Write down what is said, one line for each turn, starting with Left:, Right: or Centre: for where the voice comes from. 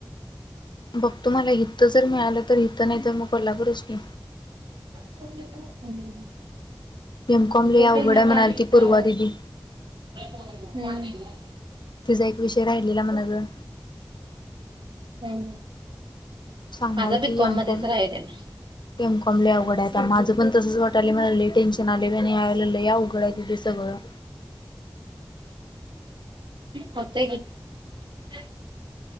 Left: बघतो मला हित जर मिळालं तर हित नाही तर मग कोल्हापूरच की,
Right: हम,
Left: एम कॉम
Right: तिथू
Left: लय अवघड
Right: क
Left: आहे म्हणालती
Right: त्या
Left: पूर्वा दिदी
Right: हो <unintelligible>
Left: तिचा एक विषय राहिलेला म्हणाल.
Right: ह्
Left: सांगालती
Right: माझा बिकॉम
Left: एम
Right: मध्येच
Left: कॉम
Right: राहिल ना
Left: एम. कॉम. लय अवघड आहे, आता माझं पण तसच वाटालंय मला लय टेन्शन आलय ते नाही ह्या वेळेला लय अवघड आहे सगळं
Right: होतेय घे, <unintelligible>